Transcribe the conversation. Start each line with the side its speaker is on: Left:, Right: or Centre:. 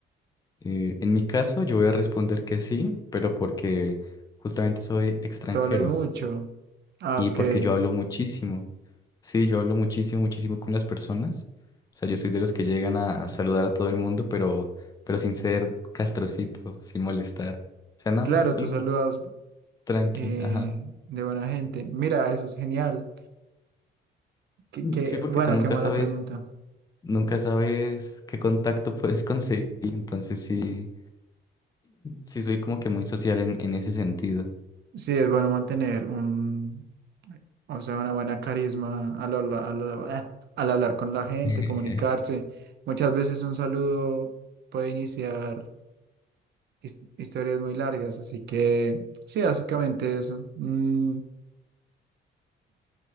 Left: eh, en mi caso yo voy a responder que sí, pero porque justamente soy extranjero
Right: tú hablas mucho. Ah,
Left: y
Right: ok,
Left: porque yo hablo muchísimo. Sí, yo hablo muchísimo, muchísimo con las personas. O sea, yo soy de los que llegan a, a saludar a todo el mundo, pero, pero sin ser castrocito, sin molestar. O sea, nada
Right: claro,
Left: más saludo,
Right: tú saludas
Left: tranqui,
Right: eh,
Left: ajá.
Right: de buena gente. Mira, eso es genial. Qué,
Left: Mm,
Right: qué-
Left: Sí, porque
Right: bueno,
Left: tú nunca
Right: qué mala
Left: sabes,
Right: pregunta.
Left: nunca sabes qué contacto <laughs> puedes conseguir. Entonces sí, sí soy como que muy social en, en ese sentido.
Right: Sí, es bueno mantener un, o sea, una buena carisma al, habla- al, habla- ah, al hablar con la gente,
Left: <laughs>
Right: comunicarse. Muchas veces un saludo puede iniciar his- historias muy largas, así que sí, básicamente eso. Mm,